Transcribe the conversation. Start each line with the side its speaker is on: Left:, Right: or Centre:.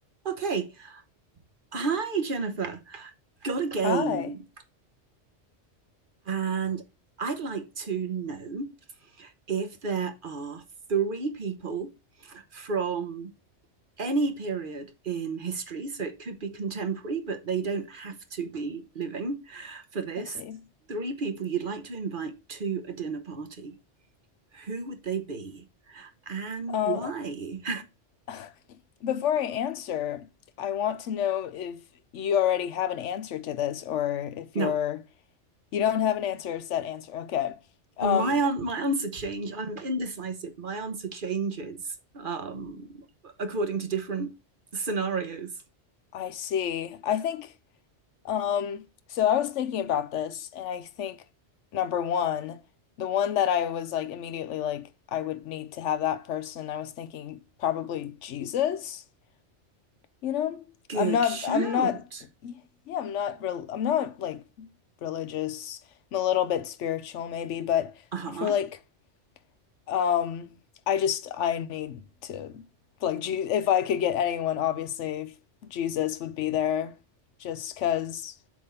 Right: Okay. Hi, Jennifer. Got a game.
Left: Hi,
Right: And I'd like to know if there are three people from any period in history, so it could be contemporary, but they don't have to be living for this.
Left: I see.
Right: Three people you'd like to invite to a dinner party. Who would they be and
Left: Uh,
Right: why?
Left: <laughs> before I answer, I want to know if you already have an answer to this or
Right: <laughs>
Left: if
Right: no,
Left: you're you don't have an answer, set answer. Okay. Um,
Right: Now, my my answer change. I'm indecisive. My answer changes um, according to different scenarios.
Left: I see. I think um so I was thinking about this and I think number one, the one that I was like immediately like I would need to have that person, I was thinking probably Jesus. You know,
Right: Good
Left: I'm not,
Right: shout.
Left: I'm not, yeah, I'm not real, I'm not like religious. I'm a little bit spiritual maybe, but
Right: Uh huh.
Left: I feel like um I just I need to like Je if I could get anyone, obviously Jesus would be there just 'cause